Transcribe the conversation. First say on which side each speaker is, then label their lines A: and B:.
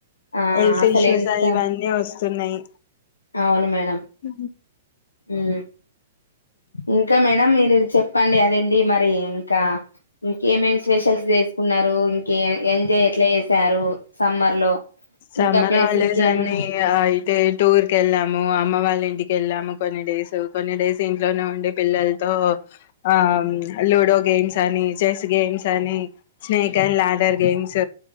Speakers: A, on the left; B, on the left.
A: ఆ
B: హెల్త్
A: అసలు
B: ఇష్యూస్
A: ఎంత
B: ఇవన్నీ వస్తున్నాయి
A: అవును మ్యా
B: ఉ
A: ఉ ఇంకా మేడం మీరు చెప్పండి అదే ఇది మరి ఇంకా ఇంకేమేమి స్పెషల్స్ చేసుకున్నారు, ఇంకే ఎంజాయ్ ఎట్లా చేసారు సమ్మర్ లో
B: సమ్మర్
A: ఇంకా ప్లేస్
B: హాలిడేస్
A: ఇంకేమన్నా
B: అండి అయితే టూర్ కెళ్ళాము అమ్మ వాళ్ళ ఇంటికి వెళ్ళాము, కొన్ని డేస్ కొన్ని డేస్ ఇంట్లోనే ఉండే పిల్లలతో ఆ లుడో గేమ్స్ అని, చెస్ గేమ్స్ అని, స్నేక్ అండ్ లాడర్ గేమ్ చ్